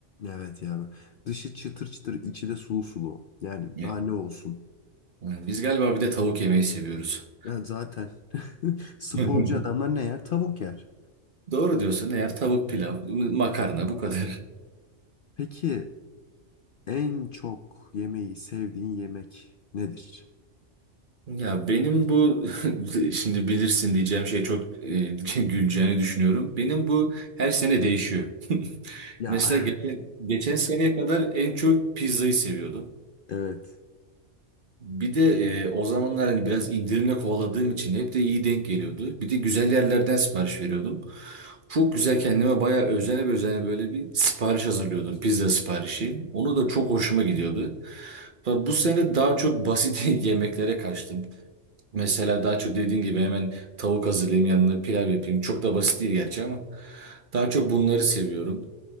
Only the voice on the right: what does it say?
Evet.
Yani Biz galiba bir de tavuk yemeyi seviyoruz.
<laughs>
Doğru diyorsun eğer tavuk pilav, makarna bu kadar.
Ya benim bu <laughs> şimdi bilirsin diyeceğim şey çok e, <laughs> güleceğini düşünüyorum. Benim bu her sene değişiyor. <laughs>
Mesela geçen, geçen seneye kadar en çok pizzayı seviyordum.
Bir de e, o zamanlar hani biraz indirimle kovaladığım için hep de iyi denk geliyordu. Bir de güzel yerlerden sipariş veriyordum. Çok güzel kendime bayağı özene özene böyle bir sipariş hazırlıyordum. Pizza siparişi. Onu da çok hoşuma gidiyordu. Fakat Bu sene daha çok basit <laughs> yemeklere kaçtım. Mesela daha çok dediğin gibi hemen tavuk hazırlayayım yanına pilav yapayım. Çok da basit değil gerçi ama daha çok bunları seviyorum.